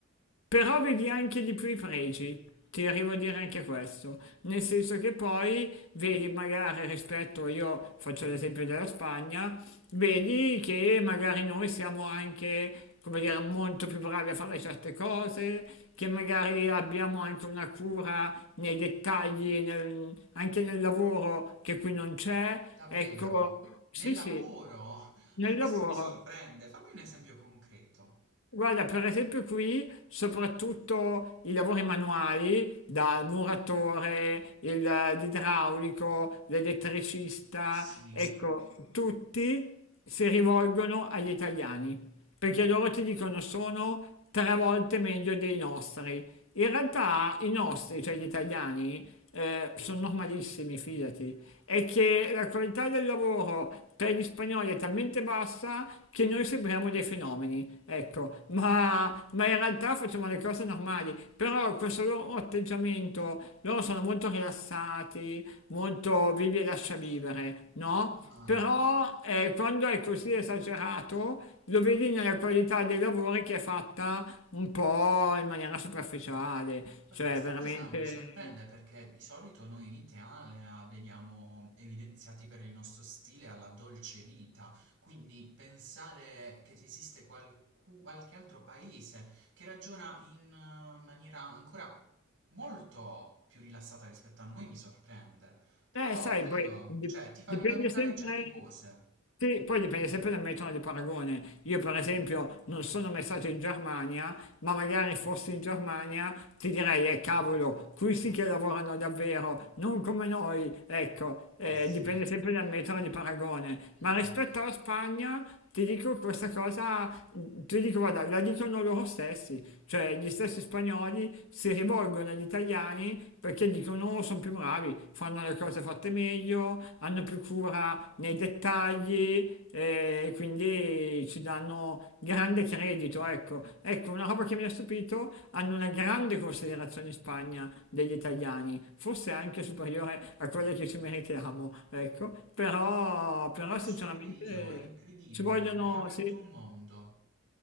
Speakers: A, on the left (about 80°); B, on the right (about 65°).
A: Però vedi anche di più i pregi, ti arrivo a dire anche questo, nel senso che poi vedi magari rispetto, io faccio l'esempio della Spagna, vedi che magari noi siamo anche, come dire, molto più bravi a fare certe cose, che magari abbiamo anche una cura nei dettagli, nel- anche nel lavoro che qui non c'è,
B: Davvero?
A: ecco, sì
B: Nel lavoro?
A: sì,
B: <laughs>
A: nel
B: Questo
A: lavoro.
B: mi sorprende. Fammi un esempio concreto.
A: Guarda, per esempio qui soprattutto i lavori manuali, dal muratore, il- l'idraulico, l'elettricista,
B: Sì?
A: ecco, tutti si rivolgono agli italiani, perché loro ti dicono sono tre volte meglio dei nostri. In realtà i nostri, cioè gli italiani, eh, sono normalissimi, fidati, è che la qualità del lavoro per gli spagnoli è talmente bassa che noi sembriamo dei fenomeni, ecco, ma, ma in realtà facciamo le cose normali, però questo loro atteggiamento, loro sono molto rilassati, molto vivi e lascia vivere, no?
B: Ah.
A: Però eh, quando è così esagerato lo vedi nella qualità dei lavori che è fatta un po' in maniera superficiale,
B: Guarda,
A: cioè
B: questa
A: veramente...
B: cosa mi sorprende perché di solito noi in Italia veniamo evidenziati per il nostro stile alla dolce vita, quindi pensare che esiste qualcu- qualche altro paese che ragiona in eh, maniera ancora molto più rilassata rispetto a noi mi sorprende. Però,
A: Eh, sai,
B: figo,
A: poi di-
B: cioè ti fa
A: dipende
B: rivalutare
A: sempre
B: certe cose.
A: Sì, poi dipende sempre dal metodo di paragone. Io per esempio non sono mai stato in Germania, ma magari fossi in Germania ti direi, eh cavolo, qui sì che lavorano davvero, non come noi, ecco, eh,
B: Eh sì,
A: dipende sempre dal metodo di paragone.
B: mm-mm.
A: Ma rispetto alla Spagna ti dico questa cosa, ti dico, guarda, la dicono loro stessi, cioè gli stessi spagnoli si rivolgono rivolgono agli italiani perché dicono oh, sono più bravi, fanno le cose fatte meglio, hanno più cura nei dettagli eh, e quindi ci danno grande credito. Ecco. ecco, una roba che mi ha stupito, hanno una grande considerazione in Spagna degli italiani, forse anche superiore a quella che ci meritiamo, ecco. però,
B: Lo
A: però
B: penso
A: sinceramente
B: pure io, è incredibile,
A: ci vogliono...
B: mi hai aperto
A: sì.
B: un mondo.